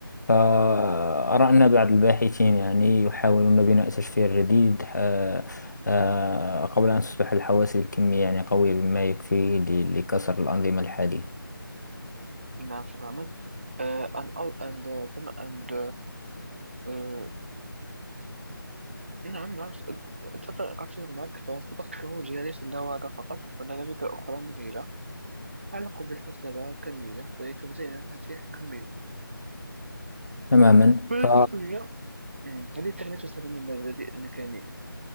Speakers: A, on the left; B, on the right.
A: فأرى
B: أمم،
A: أن بعض الباحثين يعني يحاولون بناء تشفير جديد آه، آه، قبل أن تصبح الحواسب الكمية يعني قوية بما يكفي ل- لكسر الأنظمة الحالية
B: نعم تماما آه، and, all- and, uh, تم- and uh, نعم نعم أتفق أتفق معك فصداقة الوجهة ليس لها هذا فقط هنالك أخرى مذهلة تعلق بالحسبة كالمية ولتوزيع المفاتيح كالمية
A: تماما
B: فالتقنية
A: ف
B: مم، هذه التقنية تستخدم من مبادئ الميكانيك